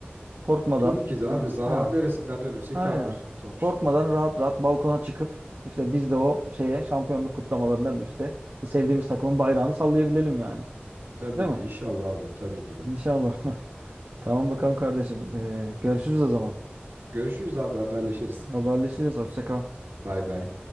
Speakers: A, on the right (about 60°); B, on the right (about 80°).
A: Korkmadan
B: Tabii ki de abi
A: e,
B: zarar
A: ha
B: neresinden dönülse
A: aynen.
B: kârdır sonuçta.
A: Korkmadan rahat rahat balkona çıkıp işte biz de o şeye şampiyonluk kutlamalarında işte sevdiğimiz takımın bayrağını sallayabilelim yani.
B: Tabii
A: Değil
B: ki
A: mi?
B: inşallah abi tabii ki de.
A: İnşallah. <laughs> Tamam bakalım kardeşim. E, görüşürüz o zaman.
B: Görüşürüz abi haberleşiriz.
A: Haberleşiriz. Hoşça kal.
B: Bay bay.